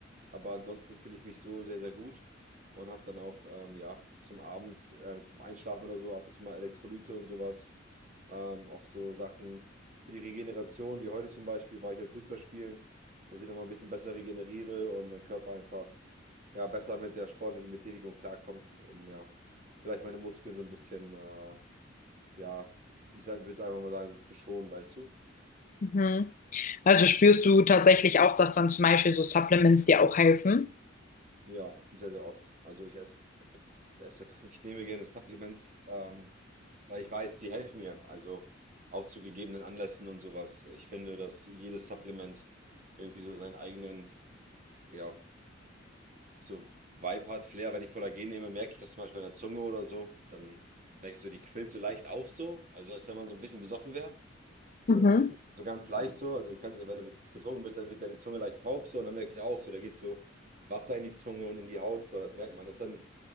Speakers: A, on the right; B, on the left.
A: Aber ansonsten fühle ich mich so sehr, sehr gut und habe dann auch ähm, ja, zum Abend, äh, zum Einschlafen oder so ab und zu mal Elektrolyte und sowas. Ähm, auch so Sachen für die Regeneration, wie heute zum Beispiel, war ich heute Fußball spielen, dass ich nochmal ein bisschen besser regeneriere und mein Körper einfach ja, besser mit der sportlichen Betätigung klarkommt, um ja, vielleicht meine Muskeln so ein bisschen, äh, ja, ich würde einfach mal sagen, so zu schonen, weißt du?
B: Mhm. Also spürst du tatsächlich auch, dass dann zum Beispiel so Supplements dir auch helfen?
A: Ja, sehr, sehr oft. Also ich esse, ich esse, <laughs> ich nehme gerne Supplements, ähm, weil ich weiß, die helfen mir. Also auch zu gegebenen Anlässen und sowas. Ich finde, dass jedes Supplement irgendwie so seinen eigenen, ja, so Vibe hat, Flair. Wenn ich Kollagen nehme, merke ich das zum Beispiel an der Zunge oder so. Dann merke ich so, die quillt so leicht auf so. Also als wenn man so ein bisschen besoffen wäre. so,
B: Mhm.
A: so ganz leicht so. Also du kannst ja, wenn du betrunken bist, dann wird deine Zunge leicht taub so und dann merke ich auch so, da geht so Wasser in die Zunge und in die Haut so, das merkt man. Das ist dann,